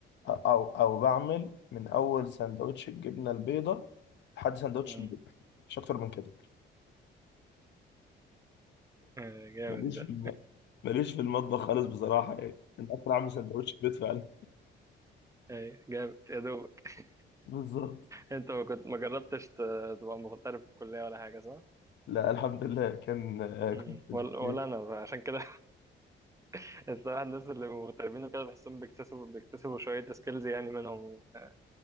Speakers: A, on the left; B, on the right.
A: أو أو بعمل من أول سندوتش الجبنة البيضاء لحد سندوتش
B: مم.
A: البيض مش أكتر من كده
B: آه، جامد
A: ماليش
B: ده
A: في الم... ماليش في المطبخ خالص بصراحة يعني أنت أكتر عامل سندوتش البيض فعلا
B: أي جامد يا دوبك
A: بالظبط
B: أنت ما كنت ما جربتش ت- تبقى مغترب في الكلية ولا حاجة صح؟
A: لا الحمد لله كان
B: مم.
A: كنت في
B: ولا,
A: الكلية
B: ولا أنا عشان كده <laughs> الصراحة الناس اللي مغتربين وكده بحسهم بيكتسبوا بيكتسبوا شوية سكيلز يعني منهم آه،